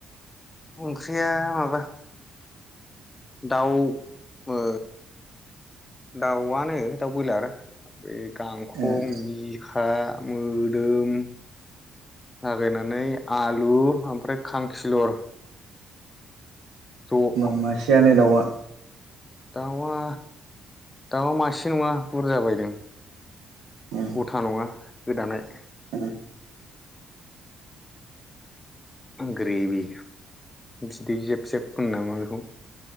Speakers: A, on the left (about 20°); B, on the right (about 85°).
A: ओंख्रिया माबा दाउ ओ दाउआनो दाउ ब्रयलार गांखं
B: ए
A: बि खा मोदोम लागायनानै आलु ओमफ्राय खांखिलर ज'
B: म मासियानो दाउआ
A: दाउआ दाउआ मासे नङा। बुर जाबायदों
B: ए
A: गथा नङा। गोदानाय।
B: <inaudible>
A: ग्रेभि बिदै जोब जोब होनो नामा बेखौ।